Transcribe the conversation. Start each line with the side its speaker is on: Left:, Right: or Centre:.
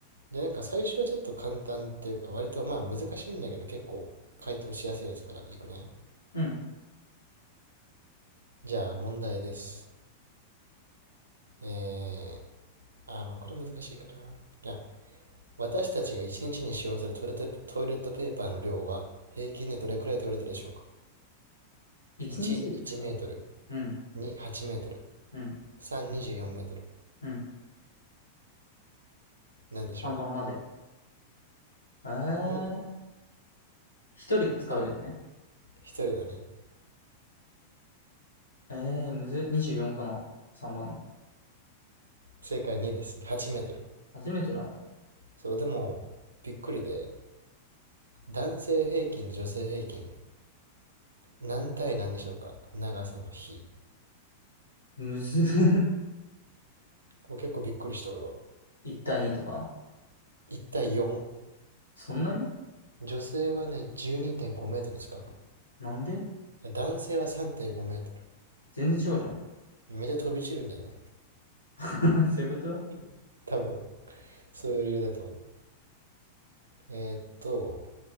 Right: じゃなんか最初はちょっと簡単っていうか、割とまあ難しいんだけど、結構回答しやすいやつからいくね。
Left: うん。
Right: じゃあ問題です。えー、あー、まあこれ難しいかな。じゃあ、私たちが一日にちに使用するトイレット、トイレットペーパーの量は、平均でどれくらいと言われてるでしょうか
Left: 一日で使う
Right: ?1、1メートル。
Left: うん。
Right: 2、8メートル。
Left: うん。
Right: 3、24メートル。
Left: うん。
Right: なんでしょ
Left: さんば番まで。えー。
Right: うん
Left: 一人が使うだよね。
Right: 鳥。一人だね。
Left: えー、むずっ。24かな ?3 番の。
Right: 正解2です。8メートル。
Left: 初めてなんだ。
Right: そう、でも、びっくりで、男性平均、女性平均、何対何でしょうか長さの比。
Left: むずっ。<laughs>
Right: これ結構びっくりして、俺は。
Left: 1対2とか
Right: 1対4。
Left: そんなに
Right: 女性はね、12.5メートルですか。
Left: なんで
Right: いや男性は3.5メートル。
Left: 全然違うじゃん。
Right: めっちゃ飛び散るんじゃない
Left: <laughs> そういうこと
Right: <laughs> 多分、そういう理由だと思う。えーっと、